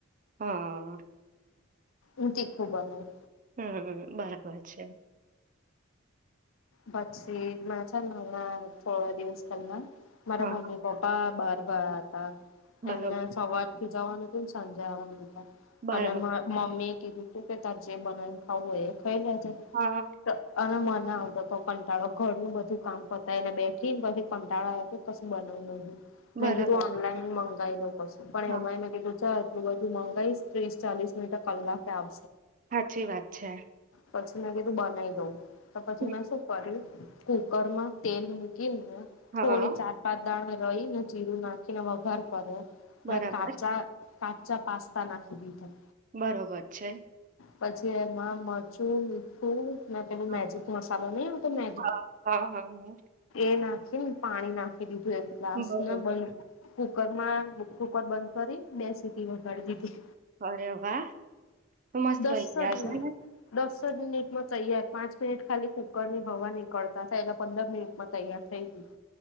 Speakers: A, on the right; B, on the left.
A: હા.
B: ઉ તીખું બનાવું.
A: હમ્મ હમ્મ બરાબર છે.
B: પછી મે છે હમણાં થોડા દિવસ પહેલા મારા
A: હા,
B: મમ્મી પપ્પા બહાર ગયા હતા.
A: બરો
B: એમને સવારે થી જવાનું હતું ને સાંજે આવાનું
A: બરાબર.
B: અને મ મમ્મી કીધું તું કે તાર જે બનાવ ખાવું એ થઈ લેજે
A: હા.
B: તો અને મને આવડે તો કંટાળો ઘરનું બધું કામ પતા એલે બેઠી ને પછી કંટાળો આવે તો કશું બનાવ. મે
A: બરાબર.
B: કીધુ ઓનલાઈન મં ગાય લવ. પછી પણ
A: હા,
B: એમાં એને કીધું જાવ એટલું બધું મંગાવીશ, ત્રીસ ચાલીસ મિનટે કલાકે આવ
A: હાચી વાત છે.
B: પછી મે કેેધુ બનાઈ દઉં. તો પછી
A: હમ,
B: મેં શું કુકર માં તેલ મુક એમ ને
A: હા,
B: થોડી ચાર પાંચ દાણા રહી ને જીરું નાખીને વઘાર કરે.
A: બરાબર.
B: ના કાચા કાચા પાસ્તા નાખી દીધા.
A: બરોબર છે.
B: પછી એમાં મરચું, મીઠું ના, પેલું
A: હા,
B: મેજિક મસાલો નહી આ
A: હા, હા, હમ્મ.
B: તે નાખી ને પાણી નાખી દી ધે ગ્લાસ
A: બરોબર.
B: ને બંધ કર માં કુ-કુકર બંધ કરી બે સી ટી વગાડી દીધી,
A: અરે વાહ! મસ્ત
B: દસ
A: બની ગયા
B: અજ મિનિટ
A: છે ને?
B: દસ અજ મિનિટમાં તૈયાર પાંચ મિનિટ ખાલી કુકરની હવા નીકળતા થાય એલા પંદર મિનિટમાં તૈયાર થઈ ગયું.